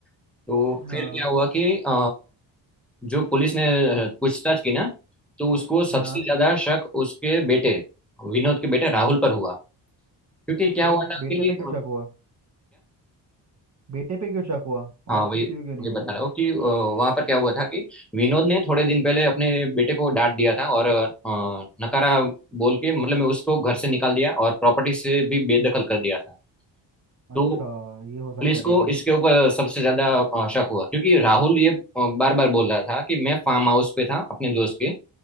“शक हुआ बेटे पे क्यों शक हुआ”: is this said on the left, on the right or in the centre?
Right